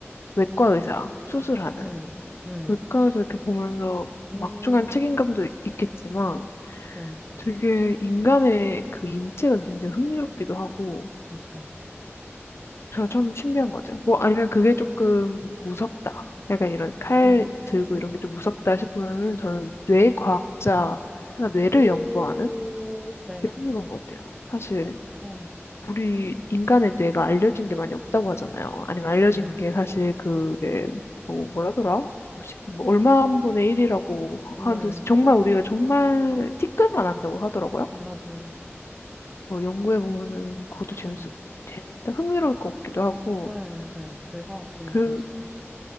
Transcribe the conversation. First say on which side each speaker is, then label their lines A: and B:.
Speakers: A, on the left; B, in the centre.
A: 외과 의사 수술하는
B: 네, 네, 네,
A: 물가에서 이렇게 보면서
B: 음,
A: 막중한 책임감도 있겠지만
B: 네,
A: 되게 인간의 그 인체가 굉장히 흥미롭기도 하고
B: 맞아요.
A: 제가 참 신비한 것 같아요. 뭐 아니면 그게
B: 음,
A: 조금 무섭다. 약간 이런 칼
B: 음,
A: 들고 이런 게 좀 무섭다 싶으면은
B: 네,
A: 저는 뇌 과학자, 약간 뇌를
B: 오,
A: 연구하는
B: 네,
A: 되게 흥미로운 것 같아요. 사실
B: 어,
A: 우리 인간의 뇌가 알려진 게 많이 없다고 하잖아요. 아니면
B: 맞아요.
A: 알려진 게 사실 그게 뭐 뭐라더라? 뭐시- 뭐 얼마 분의 일이라고
B: 네,
A: 하는데 정말 우리가 정말 티끌만 한다고 하더라고요.
B: 맞아요.
A: 그래서 연구해 보면은 그것도 재밌어
B: 음,
A: 재밌다 흥미로울 것 같기도 하고
B: 네, 네, 뇌과학 정말
A: 그
B: 재밌을 것 같아요.